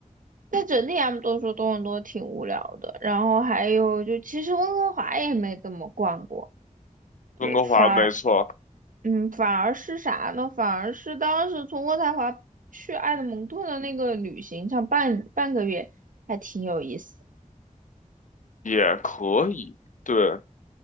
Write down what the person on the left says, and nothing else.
温哥华没错，
也可以。对